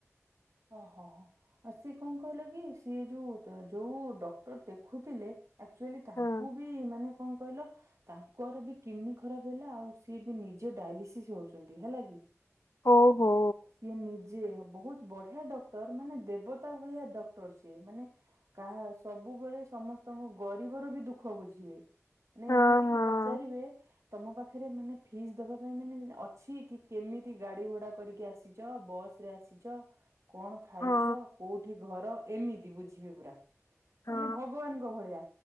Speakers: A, on the right (about 70°); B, on the left (about 75°).
A: ଓହୋ ହୋ ଆଉ ସିଏ କଣ କହିଲ କି ସିଏ ଯୋଉ ଯୋଉ ଡକ୍ଟର ଦେଖୁଥିଲେ ଆକ୍ଚୁଅଲି ତାଙ୍କୁ
B: ହଁ।
A: ବି ମାନେ କଣ କହିଲ ତାଙ୍କର ବି କିଡନୀ ଖରାପ ହେଲା ଆଉ ସିଏ ବି ନିଜେ ଡାଇଲିସିସ୍ ହଉଛନ୍ତି ହେଲା କି?
B: ଓ ହୋ।
A: ସିଏ ନିଜେ ବହୁତ ବଢିଆ ଡକ୍ଟର ମାନେ ଦେବତା ଭଳିଆ ଡକ୍ଟର ସିଏ ମାନେ କାହା ସବୁବେଳେ ସମସ୍ତଙ୍କ ଗରିବର ବି ଦୁଃଖ ବୁଝିବେ। ମାନେ
B: ହଁ
A: ଏମିତି
B: ହଁ
A: କି ପଚାରିବେ ତମ ପାଖରେ ମାନେ ଫିସ୍ ଦବା ପାଇଁ ମାନେ ଅଛି କି କେମିତି ଗାଡି ଭଡା କରିକି ଆସିଛ ବସ୍ ରେ ଆସିଛ କଣ ଖାଇଛ
B: ହଁ
A: କୋଉଠି ଘର ଏମିତି ବୁଝିବେ ପୁରା? ମାନେ
B: ହଁ
A: ଭଗବାନଙ୍କ ଭଳିଆ